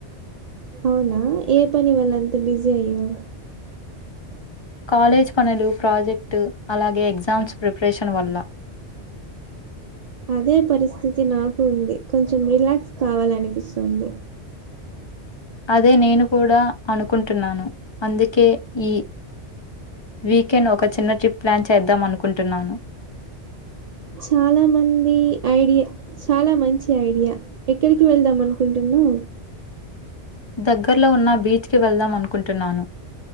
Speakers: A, on the right; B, on the left.
A: అవునా ఏ పని వల్ల అంత బిజీ అయ్యావ్
B: కాలేజీ పనులు ప్రాజెక్టు అలాగే ఎగ్జామ్స్ ప్రిపరేషన్ వల్ల
A: అదే పరిస్థితి నాకు ఉంది కొంచెం రిలాక్స్ కావాలనిపిస్తుంది
B: అదే నేను కూడా అనుకుంటున్నాను అందుకే ఈ వీకెంన్ ఒక చిన్న ట్రిప్ ప్లాన్ చేద్దాం అనుకుంటున్నాను
A: చాలా మందీ ఐడియా చాలా మంచి ఐడియా ఎక్కడికి వెళ్దాం అనుకుంటున్నావు
B: దగ్గర్లో ఉన్న బీచ్కి వెళ్దాం అనుకుంటున్నాను.